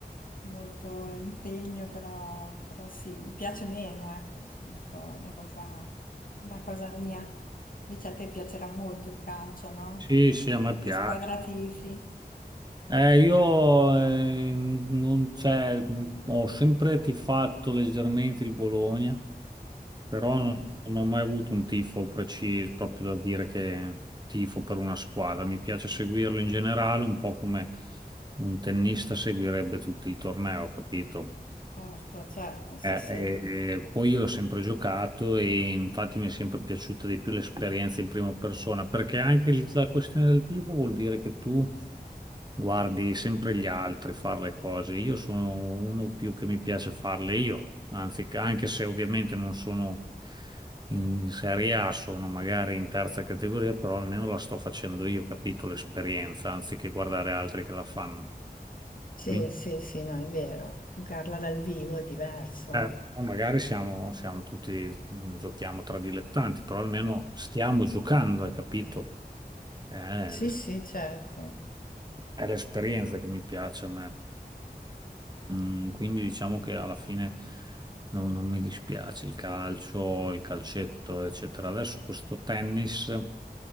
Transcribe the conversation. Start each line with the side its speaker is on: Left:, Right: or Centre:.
Left: molto impegno, però, però sì, mi piace meno, ecco, insomma, un po' una cosa una cosa mia. Invece a te piacerà molto il calcio, no?
Right: Sì, sì, a me piace.
Left: Che squadra tifi?
Right: Eh, io eh, non, cioè, ho sempre tifato leggermente il Bologna, però
Left: Mm.
Right: non, non ho mai avuto un tifo preciso, proprio da dire che tifo per una squadra. Mi piace seguirlo in generale, un po' come un tennista seguirebbe tutto il torneo, capito?
Left: Certo, certo, sì,
Right: Eh,
Left: sì.
Right: eh, poi io ho sempre giocato e infatti mi è sempre piaciuta di più l'esperienza in prima persona, perché anche il- la questione del tifo vuol dire che tu Guardi sempre gli altri fare le cose. Io sono uno più che mi piace farle io, anzi, anche se ovviamente non sono in Serie A, sono magari in terza categoria, però almeno la sto facendo io, capito l'esperienza, anziché guardare altri che la fanno.
Left: Sì,
Right: Quindi,
Left: sì, sì, no, è vero. Giocarla dal vivo è diverso.
Right: eh, poi magari siamo, siamo tutti, mm, giochiamo tra dilettanti, però almeno stiamo giocando, hai capito? Eh,
Left: Sì,
Right: l'es-
Left: sì, certo.
Right: è l'esperienza che mi piace a me. Mm, quindi diciamo che alla fine non, non mi dispiace il calcio, il calcetto, eccetera. Adesso questo tennis